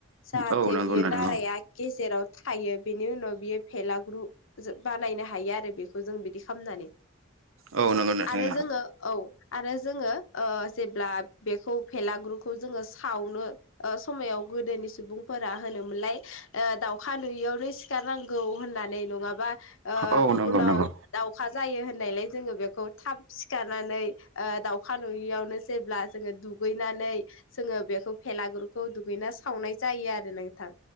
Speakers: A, on the left; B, on the right.
A: जाहाथे
B: औ नंगौ
A: बियो
B: नोंथां
A: नाराया गेजेराव थायो बेनि उनाव बियो फेलाग्रु बानायनो हायो आरो बेखौ जों बिदि खालामनानै
B: औ नंगौ नोंथां
A: आरो
B: नंगौ
A: जोङो औ आरो जोङो ओ जेब्ला बेखौ फेलाग्रुखौ जोङो सावनो ओ समायाव गोदोनि सुबुंफोरा होनोमोनलाय ओ दाउखा नुयियावनो सिखारनांगौ होननानै। नङाबा ओ
B: औ नंगौ
A: उनाव
B: नंगौ
A: दाउखा जायो होननायलाय जोङो बेखौ थाब सिखारनानै ओ दाउ खा नुयियावनो जेब्ला जोङो दुगैनानै जोङो बेखौ भेलागुरुखौ दुगैना सावनाय जायो आरो नोंथां।